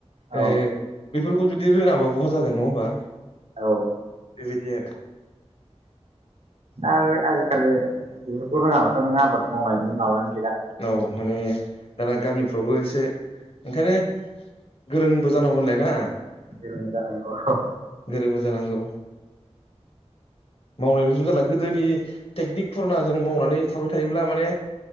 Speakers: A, on the right; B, on the left.
A: औ
B: ए बेफोरखौ जुदि रोङाबा बहा जागोन नङा होमबा
A: औ
B: बेबायदि आरो
A: आरो आजिखालि बेफोरखौ रोङाबाथ' नों आबाद मावनायनि माबानि
B: औ माने दाना गामिफ्रावबो एसे ओंखायनो गोरोंबो जानांगौ होनलाय ना।
A: गोरों जानांगौ
B: गोरोंबो जानांगौ। मावनायलजों जाला गोदोनि टेकनिक फुरना जों मावनानै थाबाय थायोब्ला माने